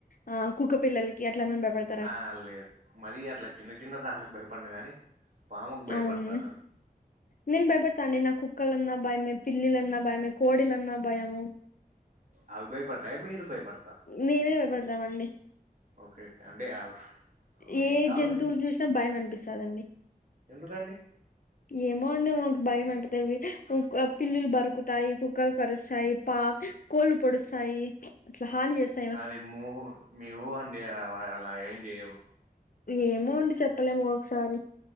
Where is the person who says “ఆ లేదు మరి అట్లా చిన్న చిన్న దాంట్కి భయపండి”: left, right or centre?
Right